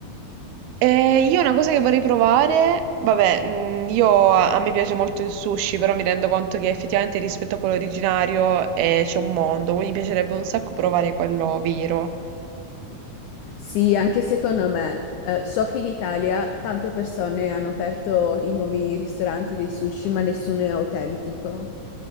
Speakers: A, on the right; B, on the left.
A: Eh, io una cosa che vorrei provare, vabbè, mm, io a, a me piace molto il sushi, però mi rendo conto che effettivamente rispetto a quello originario eh, c'è un mondo, quindi mi piacerebbe un sacco provare quello vero.
B: Sì, anche secondo me. Eh, so che in Italia tante persone hanno aperto i nuovi ristoranti dei sushi, ma nessuno è autentico.